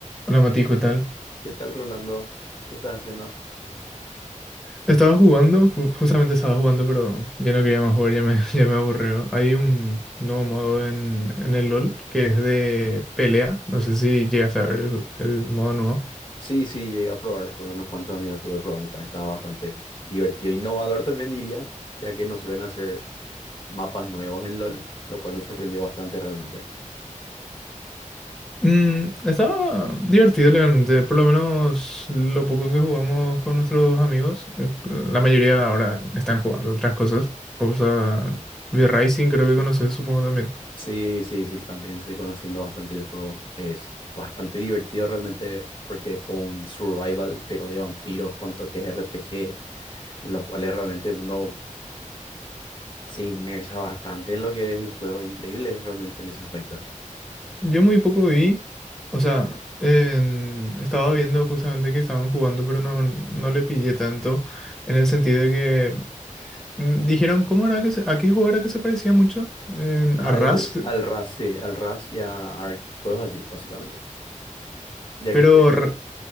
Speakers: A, in the centre; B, on the left (about 40°).
A: Hola Mati, ¿qué tal?
B: ¿Qué tal, Rolando? ¿Qué estás haciendo?
A: Estaba jugando, ju- justamente estaba jugando, pero ya no quería más jugar, ya me, <laughs> ya me aburrió. Hay un nuevo modo en, en el LOL que es de pelea. No sé si llegas a ver el, el modo nuevo.
B: Sí, sí, llegué a probar con unos cuantos amigos, estuve probando, también estaba bastante divertido, innovador también diría, ya que no suelen hacer mapas nuevos en LOL, lo cual me sorprendió bastante realmente.
A: Mm, estaba divertido legalmente, por lo menos lo poco que jugamos con nuestros amigos. eh, La mayoría ahora están jugando otras cosas. Cosa V-Rising, creo que conoces, supongo también.
B: Sí, sí, sí, también estoy conociendo bastante el juego, es bastante divertido realmente porque es como un survival, pero de vampiros con toques RPG, en los cuales realmente uno se inmersa bastante en lo que es el juego, increíble realmente en ese aspecto.
A: Yo muy poco vi, o sea, en- estaba viendo justamente que estaban jugando, pero no, no le pillé tanto, en el sentido de que mm, dijeron, ¿cómo era que se- a qué juego era que se parecía mucho? En-
B: Al,
A: a Rust,
B: al RAS, sí, al RAS y a ARC, juegos así, básicamente, ya
A: pero,
B: que tiene,
A: R-